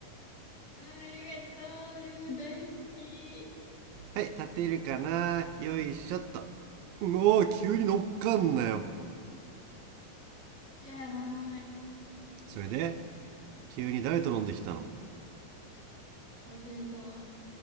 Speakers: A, on the left (about 45°); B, on the right (about 85°).
A: あー、ありがとう。りゅう大好き。
B: はい立てるかなよいしょっともうおー急に乗っかんなよ
A: 知らない。
B: それで急に誰と飲んできたの
A: 忘れた。